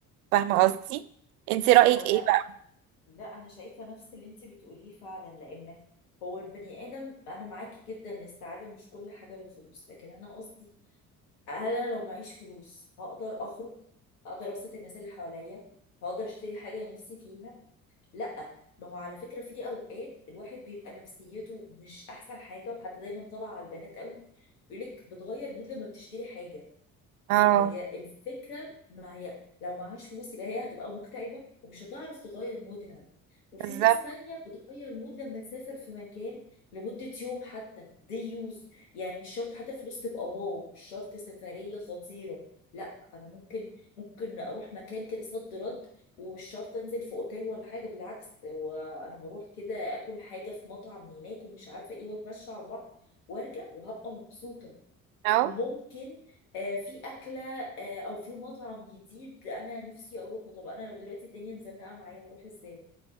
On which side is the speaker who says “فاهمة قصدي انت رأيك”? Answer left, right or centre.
Right